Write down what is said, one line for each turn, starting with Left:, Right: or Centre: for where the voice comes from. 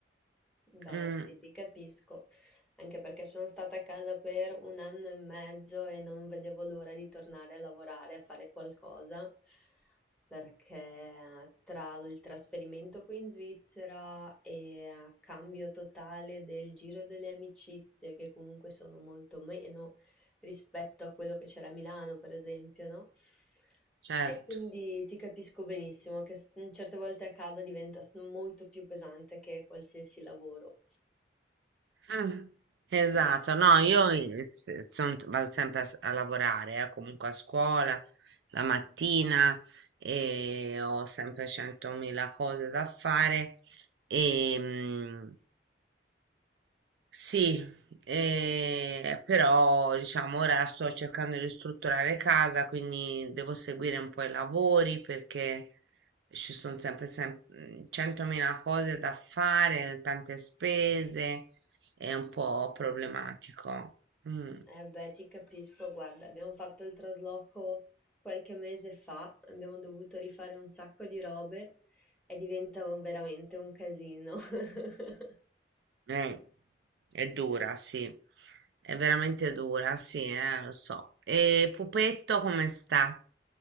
Centre: Beh,
Right: Mm,
Centre: sì, ti capisco, anche perché sono stata a casa per un anno e mezzo e non vedevo l'ora di tornare a lavorare, a fare qualcosa, perché tra il trasferimento qui in Svizzera e eh, cambio totale del giro delle amicizie, che comunque sono molto meno, rispetto a quello che c'era a Milano, per esempio, no?
Right: certo.
Centre: E quindi ti capisco benissimo che s- mhmm, certe volte a casa diventa s- molto più pesante che qualsiasi lavoro.
Right: Eh, Esatto,
Centre: Però,
Right: no, io i- se- son- vado sempre a, s- a lavorare, eh, comunque a scuola la mattina e ho sempre centomila cose da fare e, sì, eh, però diciamo ora sto cercando di ristrutturare casa, quindi devo seguire un po' i lavori perché ci sono sempre, sem- mm, 100.000 cose da fare, tante spese, è un po' problematico. Mm,
Centre: eh beh, ti capisco, guarda, abbiamo fatto il trasloco qualche mese fa, abbiamo dovuto rifare un sacco di robe e diventa un- veramente un casino. <laughs>
Right: eh, è dura, sì, è veramente dura, sì, eh, lo so. E Pupetto come sta?